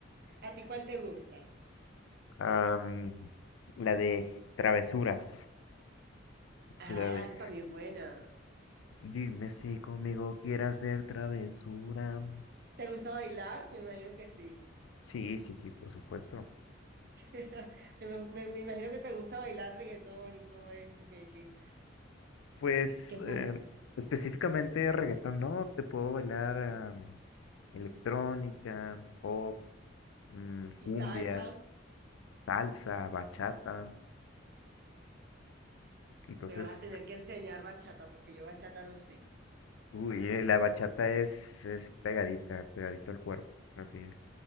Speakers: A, on the right; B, on the left.
A: ¿A ti cuál te gusta?
B: Am, la de travesuras.
A: Ah,
B: La de
A: esta también es buena.
B: dime si conmigo quieres hacer travesura.
A: ¿Te gusta bailar? Me imagino que sí.
B: Sí, sí, sí, por supuesto.
A: <laughs> Me, me- me imagino que te gusta bailar reggaetón y todo esto, que, que,
B: Pues
A: que es muy...
B: eh, específicamente reggaetón, ¿no? Te puedo bailar am, electrónica, pop, mm,
A: Y
B: cumbia,
A: salsa,
B: salsa, bachata. Entonces,
A: me vas a tener que enseñar bachata, porque yo bachata no sé.
B: Uy, eh, la bachata es, es pegadita, pegadito al cuerpo, así